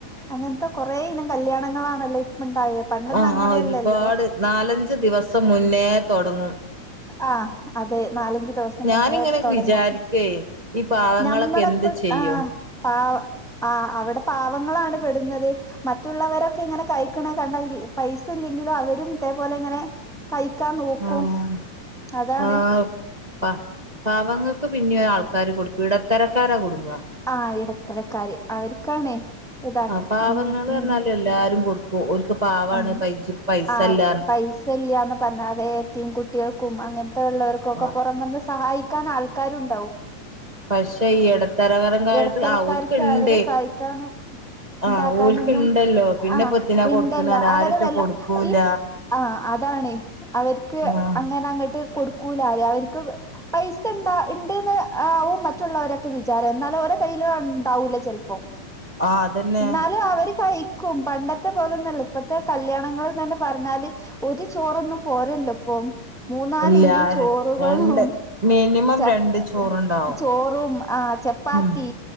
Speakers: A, in the centre; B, on the right.
A: അങ്ങനത്തെ കൊറേ ഇനം കല്യാണങ്ങളാണല്ലോ ഇപ്പ ഇണ്ടായ പണ്ടൊന്നും
B: ആഹ്
A: അങ്ങനെയല്ലല്ലോ
B: ആഹ് ഒരുപാട് നാലഞ്ച് ദിവസം മുന്നേ തുടങ്ങും
A: ആഹ് അതെ നാലഞ്ചു ദിവസം
B: ഞാനിങ്ങനെ
A: മുന്നേ തുൊടങ്ങും
B: വിചാരിക്കേ ഈ പാവങ്ങളൊക്കെ
A: നമ്മളൊക്കെ
B: എന്ത് ചെയ്യും
A: ആഹ് പാ ആഹ് അവിടെ പാവങ്ങളാണ് പെടുന്നത് മറ്റുള്ളവരൊക്കെ ഇങ്ങനെ കഴിക്കണ കണ്ട പൈസ ഇല്ലെങ്കിലും അവരും തേപോലെ ങ്ങനെ കഴിക്കാൻ നോക്കും
B: ആഹ്
A: അതാണ്
B: ആഹ് പ പാവങ്ങൾക്ക് പിന്നെ ആൾക്കാര് കൊടുക്കും ഇടത്തരക്കാരാ കൊടുങ്ങുക
A: ആഹ് ഇടത്തരക്കാര് അവർക്കാണേ ഇതാക്ക
B: ആഹ് പാവങ്ങള്
A: ഉം ഉം
B: പറഞ്ഞാല് എല്ലാരും കൊടുക്കും ക്കു ഓൽക്ക് പാ പാവാണ്
A: ആഹ്
B: പൈ പൈസല്ല
A: ആഹ് പൈസ ഇല്ലന്ന് പറഞ്ഞാതെ എത്തിയും കുട്ടികൾക്കും അങ്ങനത്തെ ഉള്ളവർക്കും ഒക്കെ
B: ആഹ്
A: പുറം വന്ന് സഹായിക്കാൻ ആൾക്ക കരുണ്ടാവും
B: പക്ഷെ ഈ ഇടത്തരകരംകായിട്ട്
A: ഇടത്തരക്കാർക്ക്
B: ആഹ് ഓൽക്ക്ണ്ട്
A: അവരെ സഹായിക്കാനും
B: ആഹ്
A: ഇണ്ടാക്കാനൊന്നും
B: ഓൽക്ക്ണ്ടല്ലോ പിന്നെപ്പെത്തിനാ
A: ആഹ്
B: കൊടുക്ക്ണറിയ
A: ഇണ്ടല്ലോ അവരെ
B: ആരൊറ്റ
A: വല്ല
B: കൊടുക്കൂല
A: ഈ ആഹ് അതാണ് അവർക്ക്
B: ആഹ്
A: അങ്ങനെ അങ്ങോട്ട് കൊടുക്കൂലര അവർക്ക് പൈസ ണ്ട്ന്ന് ആവും മറ്റുള്ളവരൊക്കെ വിചാരം എന്നാലും ഓരോ കയ്യിലും ഉണ്ടാവൂല ചെിലപ്പോം
B: ആ അതന്നെ
A: എന്നാലും അവര് കഴിക്കും പണ്ടത്തെ പോലെൊന്നല്ല ഇപ്പത്തെ കല്യാണങ്ങളന്ന് തന്നെ പറഞ്ഞാല് ഒരു ചോറൊന്നും പോരല്ലോ ഇപ്പം. മൂന്നാല്
B: എല്ലാരും
A: ഇനം ചോറുകളും
B: രണ്ട് മിനിമം
A: ചപ്
B: രണ്ട് ചോറുണ്ടാവും
A: ചോറും ആഹ് ച പ്പാത്തി,
B: ഉം